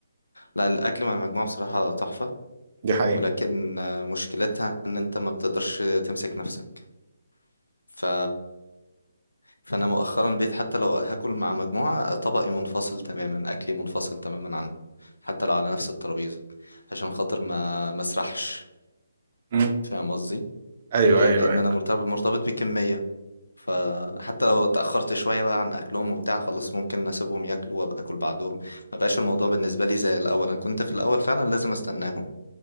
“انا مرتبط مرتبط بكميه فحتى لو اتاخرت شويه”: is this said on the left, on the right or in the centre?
Left